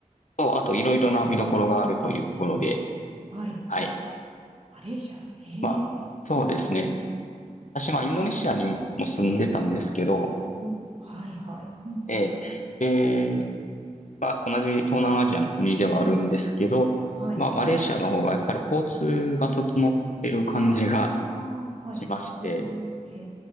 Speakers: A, on the left (about 65°); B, on the right (about 50°).
A: と、あといろいろな見どころがあるというところで、
B: はい。
A: はい。
B: マレーシア。へえ。
A: まあ、そうですね。私、まあ、インドネシアにも住んでたんですけど、
B: お、はいはい。うんうん。
A: えー、で、まあ、同じ東南アジアの国ではあるんですけど、
B: うん。はい。
A: まあ、マレーシアの方がやっぱり交通が整ってる感じが
B: ああ、はい。
A: しまして、
B: うん、へ